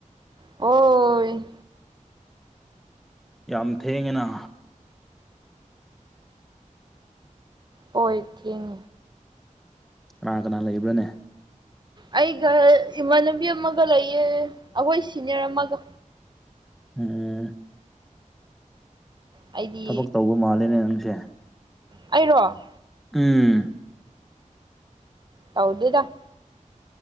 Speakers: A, on the right; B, in the centre.
A: ꯍꯣꯏ
B: ꯌꯥꯝ ꯊꯦꯡꯉꯤꯅ
A: ꯑꯣꯏꯊꯦꯡ
B: ꯀꯅꯥ ꯀꯅꯥ ꯂꯩꯕ꯭ꯔꯅꯦ
A: ꯑꯩꯒ ꯏꯃꯥꯟꯅꯕꯤ ꯑꯃꯒ ꯂꯩꯌꯦ ꯑꯩꯈꯣꯏ ꯁꯤꯅꯤꯌꯔ ꯑꯃꯒ
B: ꯎꯝ
A: ꯑꯩꯗꯤ
B: ꯊꯕꯛ ꯇꯧꯕ ꯃꯥꯜꯂꯤꯅꯦ ꯅꯪꯁꯦ
A: ꯑꯩꯔꯣ
B: ꯎꯝ
A: ꯇꯧꯗꯗ